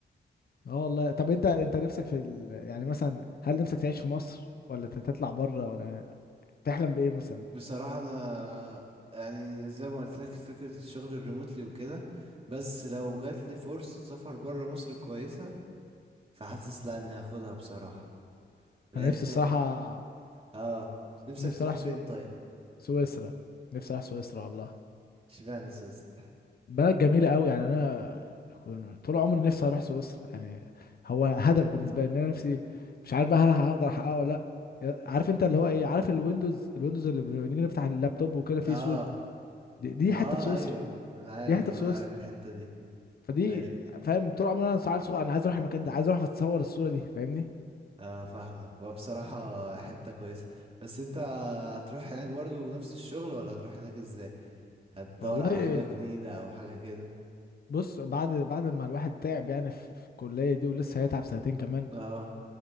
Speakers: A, on the left; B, on the right.
A: اه والله طب انت انت نفسك في ال... يعني مثلا هل نفسك تعيش في مصر ولا ت- تطلع بره ولا تحلم بايه مثلا
B: بصراحه انا يعني زي ما قلت لك فكره الشغل الريموتلي وكده بس لو جات لي فرصه سفر بره مصر كويسه فحاسس لا اني هاخدها بصراحه لان
A: انا نفسي الصراحه
B: اه نفسك
A: نفسي
B: تروح
A: اروح
B: فين
A: سو...
B: طيب
A: سويسرا نفسي اروح سويسرا والله
B: اشمعنى سوسة
A: بلد جميلة قوي يعني انا كن- طول عمري نفسي اروح سويسرا يعني هو هدف بالنسبة لي ان انا نفسي مش عارف بقى هل هقدر احققه ولا لا عارف انت اللي هو ايه عارف الويندوز الويندوز اللي بنيجي نفتح اللابتوب وكده فيه
B: اه
A: صورة دي, دي حتة
B: اه
A: في سويسرا
B: ايوه انا عارف
A: دي حتة
B: اه
A: في سويسرا
B: عارف الحتة دي
A: فدي
B: ايوه
A: فاهم طول عمري انا عيل صغير انا عايز اروح المكان ده عايز اروح اتصور الصورة دي فاهمني
B: اه فاهمك وبصراحة حتة كويسة بس انت هتروح هناك برضو نفس الشغل ولا هتروح هناك ازاي هتدور
A: والله
B: على حاجة جديدة او حاجة كده
A: بص بعد بعد ما الواحد تعب يعني في في الكلية دي ولسه هيتعب سنتين كمان
B: اه